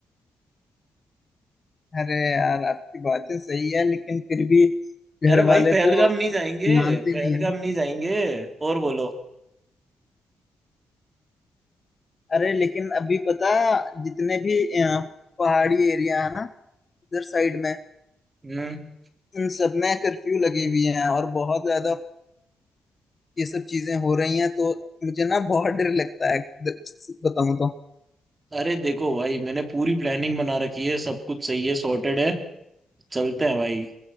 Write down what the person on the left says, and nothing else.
अरे यार आपकी बातें सही है लेकिन फिर भी घर
वाले
तो
मानते
नहीं है ना
अरे लेकिन अभी पता जितने भी अ, पहाड़ी एरिया है ना इधर साइड में
इन सब में कर्फ्यू लगी हुई है और बहुत ज्यादा ये सब चीजें हो रही हैं तो मुझे ना बहुत डर लगता है द- बताऊं तो